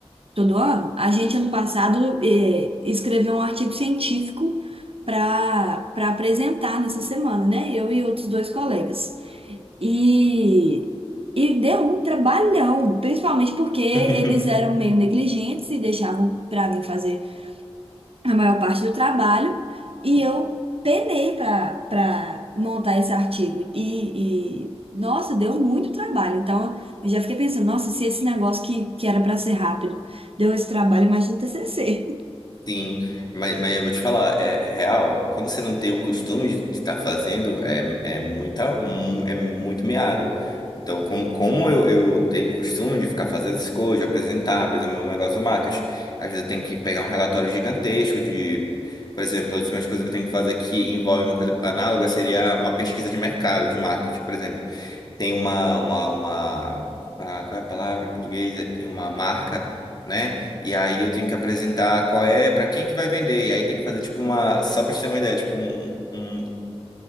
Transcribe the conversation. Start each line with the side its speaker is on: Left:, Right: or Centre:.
Right: todo ano, a gente, ano passado, eh, escreveu um artigo científico para para apresentar nessa semana, né? Eu e outros dois colegas. E, e deu um trabalhão, principalmente porque eles
Left: <laughs>
Right: eram meio negligentes e deixavam para mim fazer a maior parte do trabalho e eu penei para para montar esse artigo e, e, nossa, deu muito trabalho. Então eu já fiquei pensando, nossa, se esse negócio que, que era para ser rápido deu esse trabalho, imagina o TCC.
Left: Sim, mas, mas eu vou te falar, é é real, quando você não tem o costume de estar fazendo, é, é, muita, mu- é muito miado. Então, como, como eu, eu tenho costume de ficar fazendo essas coisas, de apresentar, por exemplo, meu negócio do marketing, às vezes eu tenho que pegar um relatório gigantesco de, por exemplo, as últimas coisas que eu tenho que fazer que envolve uma coisa análoga seria uma pesquisa de mercado, de marketing, por exemplo tem uma, uma, uma, ah, qual é a palavra em português? É, Tem uma marca, né? E aí eu tenho que apresentar qual é, para quem que vai vender. E aí tem que fazer tipo uma, só pra te ter uma ideia, tipo um, um-